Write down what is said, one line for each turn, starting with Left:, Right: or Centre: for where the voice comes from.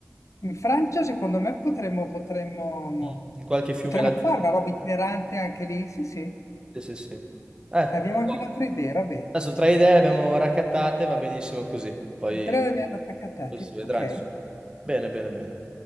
Left: In Francia, secondo me, potremmo, potremmo,
Right: Mm, In qualche fiume
Left: potremmo
Right: laggiù.
Left: fare una roba itinerante anche lì. Sì, sì,
Right: Sì, sì, sì. Eh, buono.
Left: abbiamo anche un'altra idea, va bene.
Right: adesso tre idee le abbiamo raccattate, va benissimo così. Poi,
Left: Andrea abbiamo attaccati.
Right: poi si vedrà,
Left: Ok.
Right: insomma. Bene, bene, bene.